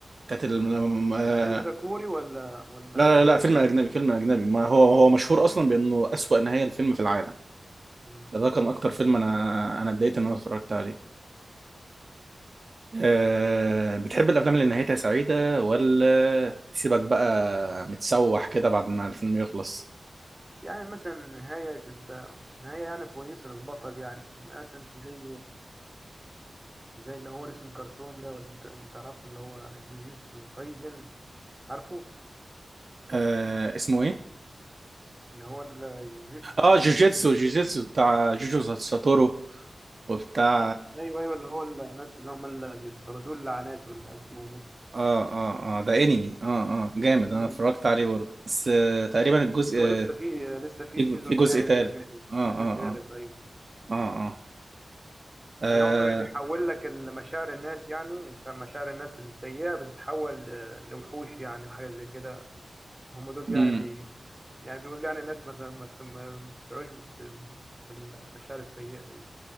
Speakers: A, on the right; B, on the right.
A: كانت ال... م- آه،
B: الفيلم ده كوري ولا ولا
A: لا
B: اجنبي
A: لا لا فيلم اجنبي فيلم اجنبي ما
B: مم.
A: هو هو مشهور اصلا بانه اسوأ نهايه الفيلم في العالم
B: مم.
A: فده كان اكتر فيلم انا انا اتضايقت ان انا اتفرجت عليه أه... بتحب الافلام اللي نهايتها سعيده ولا تسيبك بقى متسوح كده بعد ما الفيلم يخلص
B: يعني مثلا نهاية تبقى نهاية يعني كويسة للبطل يعني مثلا زي زي اللي هو اسم كرتون ده ولا انت انت تعرفه اللي هو جوجيتسو كايزن عارفه؟
A: أه... اسمه ايه
B: اللي هو الجوجيتسو
A: اه
B: كايزن
A: جوجيتسو جوجيتسو بتاع جوجو ساتورو وبتاع
B: ايوه ايوه اللي هو الناس اللي هم اللي بيطردوا اللعنات ولا مش عارف اسمهم ايه
A: اه اه اه ده انمي اه اه جامد
B: مم.
A: انا اتفرجت عليه برضه بس آه تقريبا الجزء
B: بس
A: آه
B: هو لسه في لسه في
A: في جو-
B: سيزون
A: في جزء
B: تاني
A: تالت
B: دي يعني
A: اه اه
B: سيزون تالت
A: اه
B: ايوه
A: اه اه آه،
B: يعني هو بي- بيحول لك مشاعر الناس يعني ش- مشاعر الناس السيئة بتتحول آه، لوحوش يعني حاجة زي كده هم دول يعني
A: امم
B: بي يعني بيقول يعني الناس ما ما ما- ما تشعرش بس- بالمشاعر السيئة دي